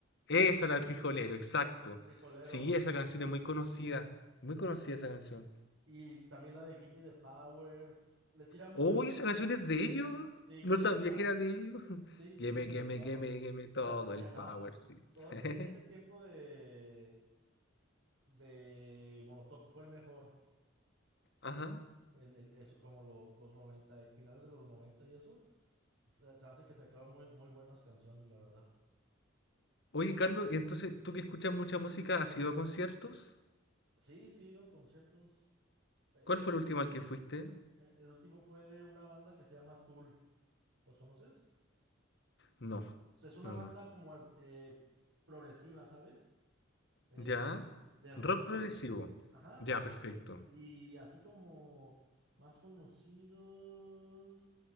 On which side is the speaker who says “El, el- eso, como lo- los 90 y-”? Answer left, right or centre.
Right